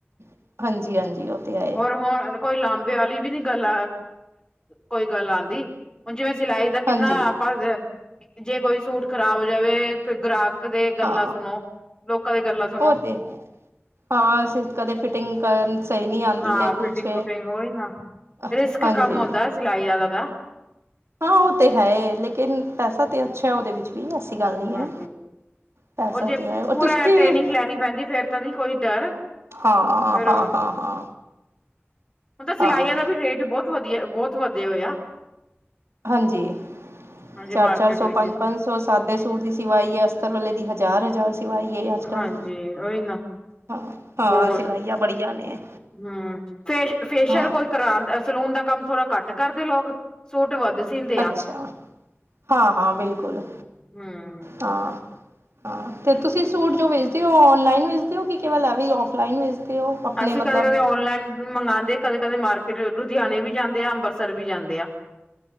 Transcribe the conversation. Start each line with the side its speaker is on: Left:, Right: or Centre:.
Right: ਹਾਂਜੀ-ਹਾਂਜੀ-ਹਾਂਜੀ ਉਹ ਤੇ ਹੈ
Left: ਰ ਹੁਣ। ਕੋਈ ਲਾਂਬੇ ਵਾਲੀ ਵੀ ਨੀ ਗੱਲ ਕੋਈ ਗੱਲ ਆਉਂਦੀ। ਹੁਣ ਜਿਵੇਂ ਸਿਲਾਈ ਦਾ ਕਿੰਨਾ
Right: ਹਾਂਜੀ
Left: ਆਪਾਂ ਜੇ ਕੋਈ ਸੂਟ ਖ਼ਰਾਬ ਹੋ ਜਾਵੇ ਗ੍ਰਾਹਕ ਦੇ ਗੱਲਾਂ
Right: ਹਾਂ
Left: ਸੁਣੋ ਲੋਕਾਂ ਦੀ ਗੱਲਾਂ ਸੁਣੋ।
Right: ਉਹ ਤੇ ਹੈ ਹਾਂ ਸ ਕਦੇ ਫਿਟਿੰਗ ਕਰਨ ਸਹੀ ਨਹੀਂ ਆਉਂਦੀ
Left: ਹਾਂ
Right: ਹੈ ਕੁਛ
Left: ਫਿਟਿੰਗ ਫੁਟਿੰਗ ਹੋਈ ਨਾ
Right: ਹਾਂਜੀ।
Left: ਰਿਸਕ ਕੰਮ ਹੁੰਦਾ ਸਿਲਾਈ ਜ਼ਿਆਦਾਦਾ।
Right: ਹਾਂ ਉਹ ਤੇ ਹੈ ਲੇਕਿਨ ਪੈਸਾ ਤੇ ਅੱਛਾ ਉਹਦੇ ਵਿੱਚ। ਵੀ ਐਸੀ ਗੱਲ ਨਹੀਂ
Left: ਹਾਂਜੀ
Right: ਹੈ ਪੈਸਾ
Left: ਉਹ ਜੇ
Right: ਤਾਂ ਹੈ ਔਰ
Left: ਪੂਰਾ
Right: ਤੁਸੀਂ
Left: ਟ੍ਰੇਨਿੰਗ ਲੈਣੀ ਪੈਂਦੀ ਫੇਰ ਤਾਂ ਨਹੀਂ ਕੋਈ ਡਰ।
Right: ਹਾਂ
Left: ਫਿਰ
Right: ਹਾਂ ਹਾਂ ਹਾਂ
Left: ਹੁਣ ਤਾਂ ਸਿਲਾਈਆਂ
Right: ਹਾਂ
Left: ਦਾ ਵੀ ਰੇਟ ਬਹੁਤ ਵਧੀਆ ਬਹੁਤ ਵਧੀ ਹੋ ਆ।
Right: ਹਾਂਜੀ
Left: ਹਾਂਜੀ
Right: ਚਾਰ
Left: ਮਾਰਕੀਟ
Right: ਚਾਰ ਸੌ
Left: ਵਿੱਚ
Right: ਪੰਜ ਪੰਜ। ਸਾਦੇ ਸੂਟ ਦੀ ਸਿਵਾਈਏ ਅਸਤਰ ਵਾਲੇ ਦੀ ਹਜ਼ਾਰ ਹਜ਼ਾਰ। ਸਿਵਾਈ ਅੱਜ ਕੱਲ
Left: ਹਾਂਜੀ ਉਹੀ ਨਾ
Right: ਹਾਂ ਹਾਂ
Left: ਬਹੁਤ
Right: ਸਿਲਾਈਆਂ ਬੜੀਆ ਨੇ।
Left: ਹਮ ਫੇ ਫੇਸ਼ੀਅਲ
Right: ਹਾਂ
Left: ਕੋਈ ਕਰਵਾਦਾ। ਸਲੂਨ ਦਾ ਕੰਮ ਥੋੜਾ ਘੱਟ ਕਰਦੇ ਲੋਕ ਸੋਟ ਵੱਧ ਸੀਂਦੇ
Right: ਅੱਛਾ
Left: ਆ
Right: ਹਾਂ ਹਾਂ ਬਿਲਕੁਲ
Left: ਹਮ
Right: ਹਾਂ। ਹਾਂ ਅਤੇ ਤੁਸੀਂ ਸੂਟ ਜੋ ਵੇਚਦੇ ਹੋ ਔਨਲਾਈਨ ਵੇਚਦੇ ਹੋ ਕਿ ਕੇਵਲ ਹੈਵੇ ਔਫਲਾਈਨ ਵੇਚਦੇ ਹੋ। ਆਪਣੇ
Left: ਅਸੀਂ
Right: ਮਤਲਬ
Left: ਕਦੇ ਕਦੇ ਔਨਲਾਈਨ ਮੰਗਉਦੇ ਕਦੇ ਕਦੇ ਮਾਰਕੀਟ ਲੁਧਿਆਣੇ ਵੀ ਜਾਂਦੇ ਆ ਅੰਮ੍ਰਿਤਸਰ ਵੀ ਜਾਂਦੇ ਆ।